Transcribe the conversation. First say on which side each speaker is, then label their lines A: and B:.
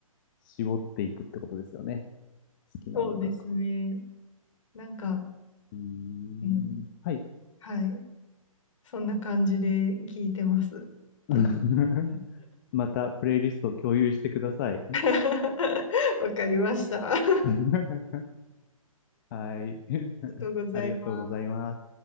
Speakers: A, on the left; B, on the left.
A: 絞っていくってことですよね。好きな音楽。
B: そうですね。なんか、
A: うーん。
B: うん、
A: はい。
B: はい。そんな感じで聞いてます。け
A: <laughs> またプレイリストを共有してください。
B: <laughs> わかりました。<laughs> あり
A: <laughs> はい。<laughs>
B: がとうございます。
A: ありがとうございます。